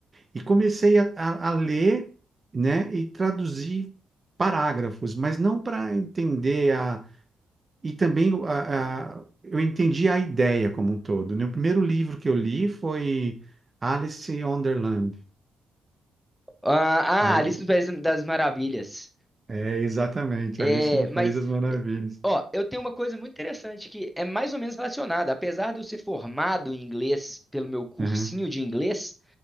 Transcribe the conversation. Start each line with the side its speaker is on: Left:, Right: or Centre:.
Right: E comecei a, a- a ler, né, e traduzir parágrafos, mas não para entender a. E também a, a- eu entendi a ideia como um todo. né? O primeiro livro que eu li foi Alice in Wonderland.
Centre: Ah,
Right: A-
Centre: ah, Alice no País das Maravilhas.
Right: É, exatamente,
Centre: É,
Right: Alice no
Centre: mas,
Right: País das Maravilhas.
Centre: eh, ó, eu tenho uma coisa muito interessante que é mais ou menos relacionada. Apesar de eu ser formado em inglês pelo meu cursinho
Right: Aham,
Centre: de inglês,